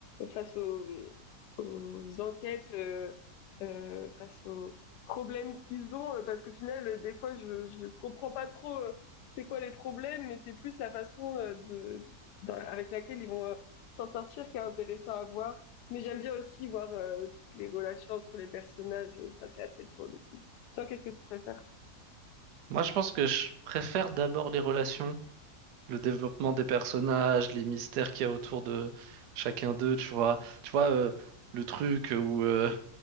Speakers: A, on the left; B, on the right.
A: face aux, mmh aux enquêtes, heu heu, face aux problèmes qu'ils ont, heu, parce qu'au final, heu, des fois, je je comprends pas trop, heu, c'est quoi les problèmes, mais c'est plus la façon, heu, de dans avec laquelle ils vont, heu, s'en sortir qui est intéressant à voir. Mais j'aime bien aussi voir, heu, toutes les relations entre les personnages, ça c'est assez drôle aussi. Toi, qu'est-ce que tu préfères?
B: Moi, je pense que je préfère d'abord les relations le développement des personnages, les mystères qu'il y a autour de chacun d'eux, tu vois. Tu vois, euh, le truc où, euh,